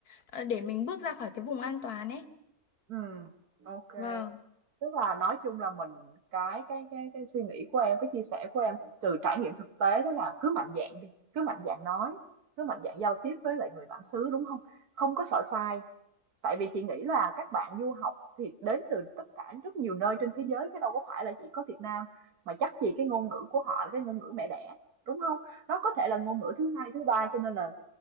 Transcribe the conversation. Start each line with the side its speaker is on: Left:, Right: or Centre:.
Left: ờ, để mình bước ra khỏi cái vùng an toàn ấy.
Right: Ừm. ok.
Left: Vâng.
Right: Tức là nói chung là mình cái cái cái cái suy nghĩ của em, cái chia sẻ của em từ trải nghiệm thực tế đó là cứ mạnh dạn đi, cứ mạnh dạn nói, cứ mạnh dạn giao tiếp với lại người bản xứ, đúng không Không có sợ sai. Tại vì chị nghĩ là các bạn du học thì đến từ tất cả rất nhiều nơi trên thế giới chứ đâu có phải là chỉ có Việt Nam mà chắc gì cái ngôn ngữ của họ là cái ngôn ngữ mẹ đẻ đúng không? Nó có thể là ngôn ngữ thứ hai thứ ba cho nên là